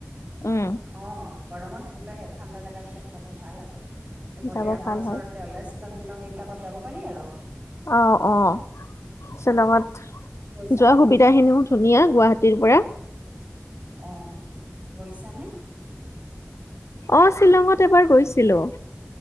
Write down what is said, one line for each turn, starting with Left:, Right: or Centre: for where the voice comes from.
Left: উম,
Right: অ। গৰমত সেনেকুৱাই আৰু ঠাণ্ডা জাগাব বিলাক যাব ভাল আৰু বলে
Left: যাব
Right: আমাৰ
Left: ভাল
Right: ওচৰতে
Left: হয়।
Right: হ'লে শ্বিলং। এইবিলাকত যাব পাৰি আৰু।
Left: অ', অ', শ্বিলঙত
Right: গৈছানে
Left: যোৱা সুবিধা খিনিও ধুনীয়া গুৱাহাটীৰ পৰা।
Right: অ গৈছানে।
Left: অ শ্বিলঙত এবাৰ গৈছিলো।